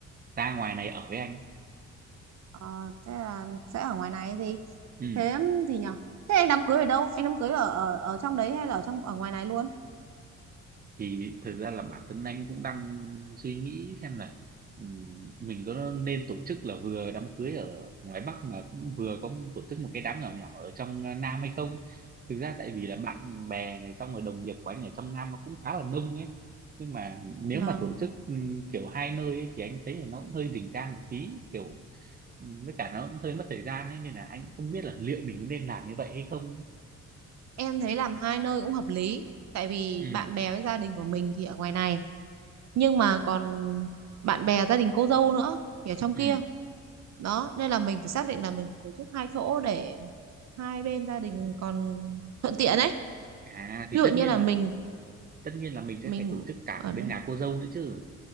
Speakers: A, on the right (about 30°); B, on the right (about 60°).
A: ra ngoài này ở với anh
B: Ờ, thế là sẽ ở ngoài này gì?
A: ừ
B: Thế gì nhở? Thế anh đám cưới ở đâu? Anh đám cưới ở ở ở trong đấy hay là ở trong ở ngoài này luôn?
A: thì thực ra là bản thân anh cũng đang suy nghĩ xem là ừm, mình có nên tổ chức là vừa đám cưới ở ngoài Bắc mà cũng vừa có tổ chức một cái đám nhỏ nhỏ ở trong ờ, Nam hay không thực ra tại vì là bạn bè này xong rồi đồng nghiệp của anh ở trong Nam nó cũng khá là đông ấy nhưng mà nếu
B: Vâng,
A: mà tổ chức ừm, kiểu hai nơi ấy, thì anh thấy là nó cũng hơi rình rang một tí kiểu ừm, với cả nó cũng hơi mất thời gian ấy nên là anh không biết là liệu mình có nên làm như vậy hay không
B: em thấy làm hai nơi cũng hợp lý. Tại vì
A: ừ
B: bạn bè với gia đình của mình thì ở ngoài này, nhưng mà còn bạn bè gia đình cô dâu nữa thì ở trong
A: ừ
B: kia đó nên là mình phải xác định là mình phải tổ chức hai chỗ để hai bên gia đình còn thuận tiện ấy
A: à thì
B: ví dụ
A: tất
B: như
A: nhiên
B: là
A: là
B: mình
A: tất nhiên là mình
B: mình
A: sẽ phải tổ chức cả
B: ở đây
A: bên nhà cô dâu nữa chứ